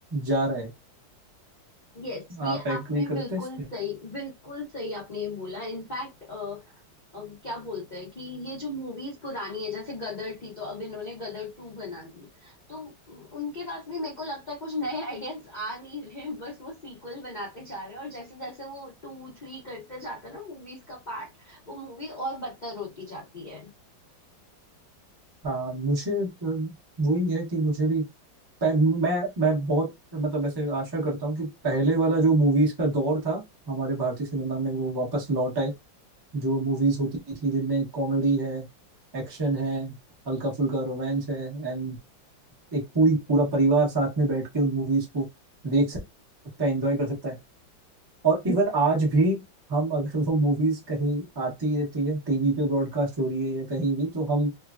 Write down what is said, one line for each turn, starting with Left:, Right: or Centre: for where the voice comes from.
Right: जा रहा है
Left: यस ये
Right: आप एग्री
Left: आपने
Right: करते
Left: बिल्कुल
Right: हैं इस
Left: सही बिल्कुल सही आपने ये बोला इनफैक्ट क्या बोलते हैं कि ये जो मूवीज पुरानी है जैसे गदर थी तो अब इन्होंने गदर टू बना दी तो उनके पास भी मेरे को लगता है कुछ नए आइडियाज आ नहीं रहे बस वो सीक्वल बनाते जा रहे हैं और जैसे जैसे वो टू थ्री करते जाते हैं ना मूवीज का पार्ट वो मूवी और बदतर होती जाती है
Right: हाँ मुझे अम, वही है कि मुझे भी पह- मैं मैं बहुत मतलब ऐसे आशा करता हूँ कि पहले वाला जो मूवीज का दौर था हमारे भारतीय सिनेमा में वो वापस लौट आए जो मूवीज होती थी जिनमें कॉमेडी है एक्शन है हल्का फुल्का रोमांस है एंड एक पूरी पूरा परिवार साथ में बैठ के उन मूवीज को देख सकता है एंजॉय कर सकता है और इवन आज भी हम अगर वो मूवीज कहीं आती रहती है टीवी पे ब्रॉडकास्ट हो रही है या कहीं भी तो हम